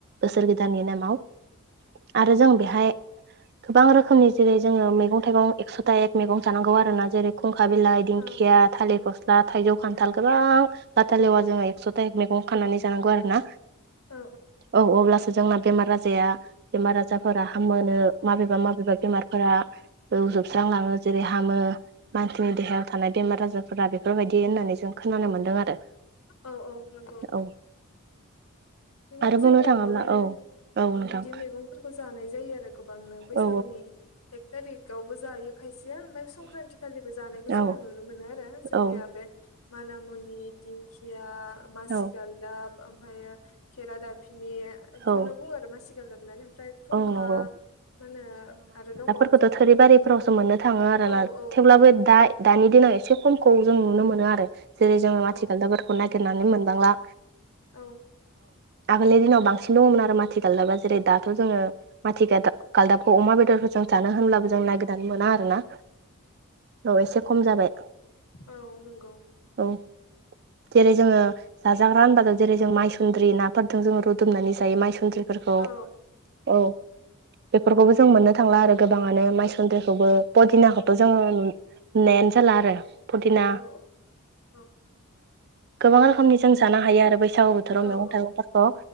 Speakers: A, on the right; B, on the left.
A: बोसोर गोदाननि नामाव आरो जों बेहाय गोबां रोखोमनि जेरै जोङो मैगं थाइगं एकस'था एक मैगं जानांगौ आरो ना जेरै फुंखा बिलाइ दिंखिया
B: औ
A: थालिर फस्ला थाइजौ खान थाल गोबां लाथा लेवा जोङो एकस' थक मैगं खानानै जानांगौ आरो ना।
B: औ
A: औ अब्ला सो जोंना बेमार आजाया बेमार आजारफोरा हामो माबेबा माबेबा बेमारफोरा फजोबस्रांलाङो जेरै हामो। मानसिनि देहायाव थानाय बेमार आजारफोरा बेफोरबायदि होननानै जों खोनानो मोन्दों आरो।
B: औ औ नंगौ।
A: औ
B: बिदिनो
A: आरो बुंनो
B: जोंनियावबो
A: थाङोब्ला
B: माने
A: औ औ नोंथां
B: बिदि औ मैगंफोरखौ जानाय जायो आरो। गोबांनो बैसागुनि
A: औ
B: एक थारिकावबो जायो खायसे यो ओमफ्राय संक्रान्ति खालिबो जानायखौ जोङो
A: औ
B: नुनो मोनो आरो जोंनिया
A: औ
B: बे मानामुनि दिंखिया मासिगालदाब
A: औ
B: ओमफायायो खेरादा बिनि बेखौनो
A: औ
B: बुङो आरो मासि गाल्लाब होनानै ओमफ्राय खुंखा
A: औ नंगौ
B: मा होनो आरो दंबावो
A: थ'
B: बिदिनो
A: थोरि बारिफोरावसो मोननो थाङो आरोना
B: औ औ
A: थेवब्लाबो
B: नंगौ
A: दा-दानि दिनाव एसे खमखौ जों नुनो मोनो आरो जेरै जोङो
B: औ
A: मथि गालदाफोरखौ नागिरनानै मोनबांला।
B: औ
A: आगोले दिनाव बां सिन दङमोन आरो माथि गालदाबा जेरै दाथ' जोङो माथि गादाब गालदाबखौ अमा बेदरफोर जों जानो होनब्लाबो जों नागिरदनानै मोना आरोना। औ एसे खम जाबाय।
B: औ नंगौ।
A: औ जेरै जोङो जाजाग्रा होनबा जों जेरै जों मायसुन्द्रि नाफोरदोजों रुदुमनानै जायो माइसुन्द्रि फोरखौ,
B: औ
A: औ बेफोरखौबो जों मोननो थांला आरो गोबाङानो माइसुन्द्रिखौबो पदिनाखौथ' जोङो
B: औ
A: नु-नुनायानो जाला आरो। फुदिना
B: औ औ
A: गोबां रोखोमनि जों जानो हायो आरो बैसागु बोथोराव
B: औ
A: मैगं थाइगंफोरखौ